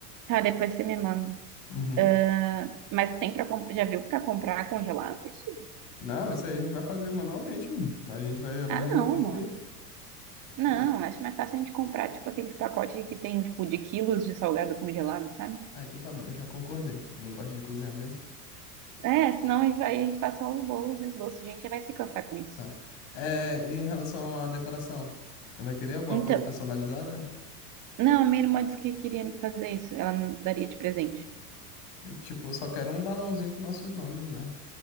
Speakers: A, on the right (about 40°); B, on the left (about 55°).
A: Ah, depois você me manda.
B: Uhum.
A: Ah, mas tem para comprar? Já viu para comprar congelado isso?
B: Não, isso aí a gente vai fazer manualmente, mano. A gente vai abrir
A: Ah,
B: um YouTube.
A: não, amor. Não,
B: Eu...
A: acho mais fácil a gente comprar tipo aqueles pacotes que tem tipo de quilos de salgado congelado, sabe?
B: Ah, então tá bom, já concordei. Eu não gosto de cozinhar mesmo.
A: É, senão a gente vai, a gente faz só os bolos e os doces, gente, já vai se cansar com isso.
B: Tá. É, em relação à decoração, vai querer alguma
A: Então,
B: coisa personalizada?
A: não, a minha irmã disse que queria fazer isso. Ela nos daria de presente.
B: É, Tipo, eu só quero um balãozinho com nossos nomes, né?